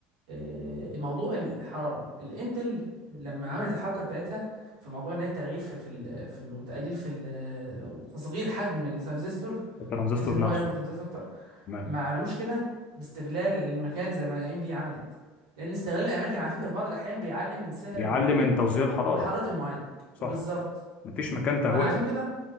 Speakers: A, on the right (about 80°); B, on the left (about 40°).
A: آه، موضوع الحرارة الانتل لما عملت الحركة بتاعتها في موضوع اللي هي التغيير في في, ال- في وتقليل في ال- أو تصغير حجم الترانزستور
B: الترانزستور
A: بحيث ان هو
B: نفسه
A: ياخدوا ترانزستور اكتر
B: تمام
A: ما عملوش كده باستغلال المكان زي ما ام دي عملت لان استغلال الاماكن على فكرة في بعض الاحيان بيعلي من سعر
B: بيعلي
A: المعالج
B: من توزيع الحرارة
A: وحرارة المعالج
B: صح
A: وبالظبط
B: مفيش
A: بالظبط
B: مكان تهوية
A: فانا عشان كده